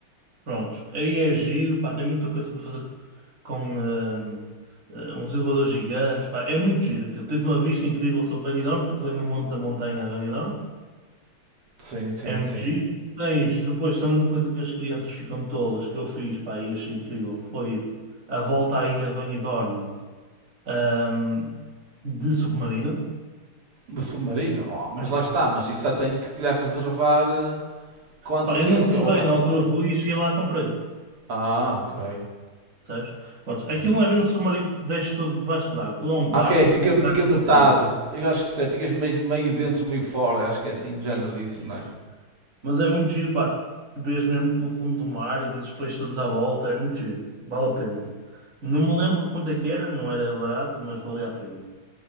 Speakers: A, on the right; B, on the right.
A: Prontos, aí é giro, pá, tem muita coisa para fazer com hum, eh, uns elevadores gigantes, pá, é muito giro aquilo. Tens uma vista incrível sobre Benidorm, porque aquilo é no monte da montanha de Benidorm,
B: Sim, sim,
A: é muito
B: sim.
A: giro. Tens, depois também uma coisa que as crianças ficam tolas, que eu fiz, pá, e achei incrível, foi a volta à ilha de Benidorm, hum, de submarino.
B: Do submarino? Oh, mas lá está, mas isso já tenho que se calhar reservar eh, com antecedência.
A: Pá, eu não reservei,
B: Ou da...
A: na altura fui e cheguei lá e comprei,
B: Ah, ok.
A: sabes? Mas aquilo
B: Hum.
A: não é bem um submarino que desce todo debaixo d'água, aquilo é um barco
B: Ah, Ok, fica,
A: com o gás
B: fica
A: explodido.
B: metade. Eu acho que sei, ficas meio, meio dentro, meio fora. Acho que é assim do género
A: Isso,
B: disso,
A: isso.
B: não é?
A: Mas é muito giro, pá. Tu Vês mesmo o fundo do mar e vês os peixes todos à volta. É muito giro. Vale a pena. Não me lembro quanto é que era, não era barato, mas valia a pena.